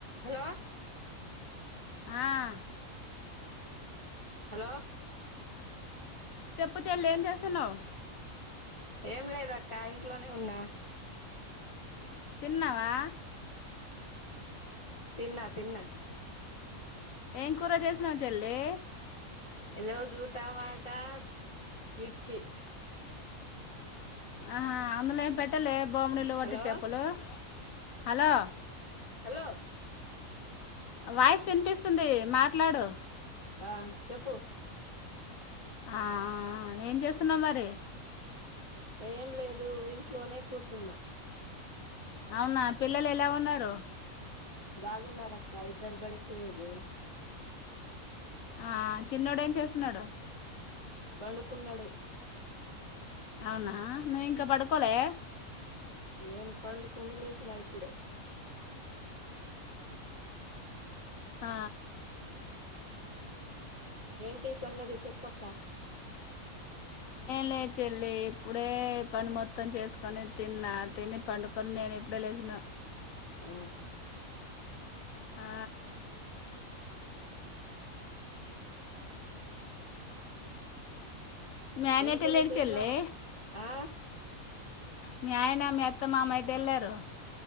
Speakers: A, on the left; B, on the left.
A: Hello
B: ఆ
A: hello
B: చెప్పు చెల్లి ఏం చేస్తున్నావ్
A: ఏం లేద అక్క ఇంట్లోనే ఉన్నా
B: తిన్నవా
A: తిన్నా తిన్నా
B: ఏం కూర చేసినావ చెల్లి
A: ఈ రోజు టమాటా మిర్చి
B: ఆహా అందులో ఏం పెట్టలే బొమ్మడీలు ఒట్టి
A: హలో
B: చాపలు హలో
A: హలో
B: వాయిస్ వినిపిస్తుంది మాట్లాడు
A: ఆ చెప్పు
B: హ్మ ఏం చేస్తున్నావు మరి
A: ఏం లేదు ఇంట్లోనే కూర్చున్నా
B: అవునా పిల్లలు ఎలా ఉన్నారు
A: బాగున్నారు అక్క ఇద్దరు బడికిపోయారు
B: ఆ చిన్నడు ఏం చేస్తున్నాడు
A: పండుకున్నాడు
B: అవునా నువ్వు ఇంకా పడుకోలే
A: నేను పండుకుని లేచినా ఇప్పుడే
B: ఆ
A: ఏంటి సంగతి చెప్పక్క
B: లే చెల్లి ఇప్పుడే పని మొత్తం చేసుకొని తిన్నా తిని పండుకొని నేను ఇప్పుడే లేసిన
A: ఆ
B: ఆ మీ ఆయన
A: ఏం
B: ఎటు
A: కూర
B: వెళ్ళిండు
A: చేసినావు
B: చెల్లి
A: ఆ
B: మీ ఆయన మ అత్త మామయట వెళ్ళారు